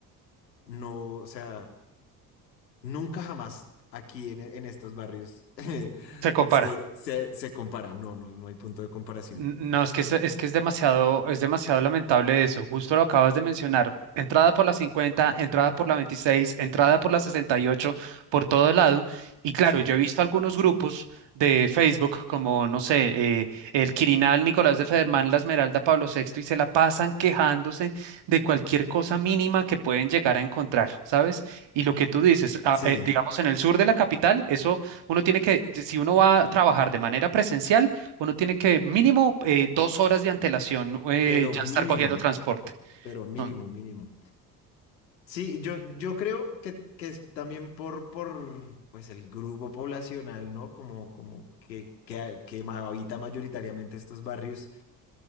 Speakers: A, on the left; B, on the right.
A: no, o sea, nunca jamás aquí en, en estos barrios <laughs>
B: se compara.
A: se, se, se compara. No, no, no hay punto de comparación.
B: N- No, es que es, es que es demasiado, es demasiado lamentable eso. Justo lo acabas de mencionar. Entrada por la 50, entrada por la 26, entrada por la 68, por todo lado. Y claro,
A: Sí.
B: yo he visto algunos grupos de Facebook, como, no sé, eh, el Quirinal, Nicolás de Federman, La Esmeralda, Pablo Sexto y se la pasan quejándose de cualquier cosa mínima que pueden llegar a encontrar, ¿sabes? Y lo que tú dices, ah,
A: Sí,
B: eh, digamos, en el sur de la capital, eso uno tiene que, si uno va a trabajar de manera presencial, uno tiene que mínimo eh, dos horas de antelación eh,
A: pero
B: ya
A: mínimo.
B: estar cogiendo transporte.
A: pero mínimo,
B: Mm.
A: mínimo. Sí, yo, yo creo que, que es también por, por pues el grupo poblacional, ¿no? Como, como que, que, que ma- habita mayoritariamente estos barrios.